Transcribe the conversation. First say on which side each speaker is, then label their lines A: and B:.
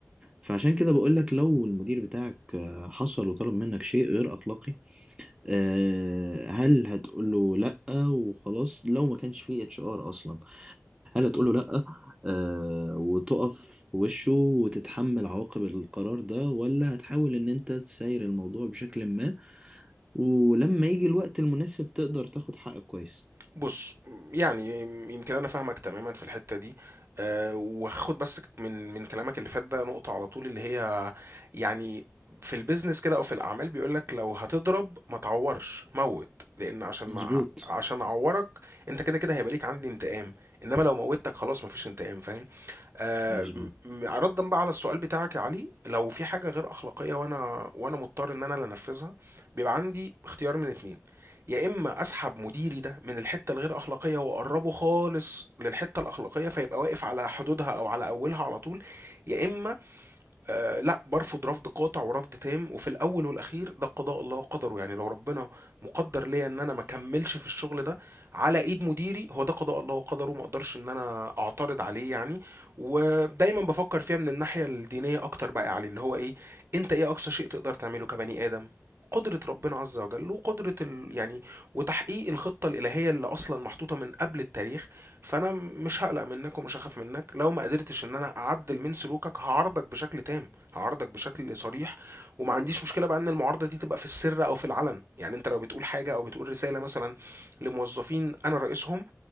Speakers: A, on the right; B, on the right.
A: فعشان كده بقولك لو المدير بتاعك آه، حصل وطلب منك شيء غير أخلاقي آه، هل هتقوله لأ وخلاص لو ما كانش فيه اتش ار أصلا هل هتقوله لأ آه، وتقف في وشه وتتحمل عواقب القرار ده ولا هتحاول إن أنت تساير الموضوع بشكل ما ولما يجي الوقت المناسب تقدر تاخد حقك كويس
B: بُص، يعني يمكن أنا فاهمك تمامًا في الحتّة دي، آآ، وهاخد بس من من كلامك اللي فات ده نقطة على طول اللي هي يعني في الbusiness كده أو في الأعمال بيقول لك لو هتضرب ما تعوّرش، موّت، لإن عشان
A: مظبوط
B: ما عشان أعوّرك أنت كده، كده هيبقى ليك عندي انتقام، إنما لو موّتك خلاص ما فيش انتقام فاهم؟ آآ،
A: مظبوط
B: م م- رَدًا بقى على السؤال بتاعك يا علي، لو في حاجة غير أخلاقية وأنا وأنا مضطر إن أنا اللي أنفذها، بيبقى عندي اختيار من 2 يا اما اسحب مديري ده من الحته الغير اخلاقيه واقربه خالص للحته الاخلاقيه فيبقى واقف على حدودها او على اولها على طول يا اما آه لا برفض رفض قاطع ورفض تام وفي الاول والاخير ده قضاء الله وقدره يعني لو ربنا مقدر ليا ان انا ما كملش في الشغل ده على ايد مديري هو ده قضاء الله وقدره ما اقدرش ان انا اعترض عليه يعني ودايما بفكر فيها من الناحيه الدينيه اكتر بقى علي اللي هو ايه انت ايه اقصى شيء تقدر تعمله كبني ادم قدرة ربنا عز وجل وقدرة ال... يعني وتحقيق الخطة الإلهية اللي أصلا محطوطة من قبل التاريخ فأنا مش هقلق منك ومش هخاف منك لو ما قدرتش إن أنا أعدل من سلوكك هعارضك بشكل تام هعارضك بشكل صريح وما عنديش مشكلة بقى إن المعارضة دي تبقى في السر أو في العلن يعني أنت لو بتقول حاجة أو بتقول رسالة مثلا لموظفين أنا رئيسهم